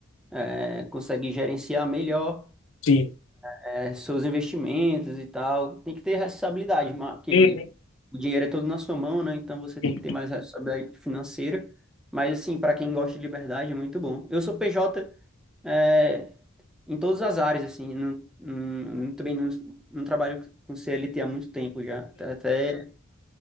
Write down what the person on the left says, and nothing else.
Sim.
Uhum,
uhum,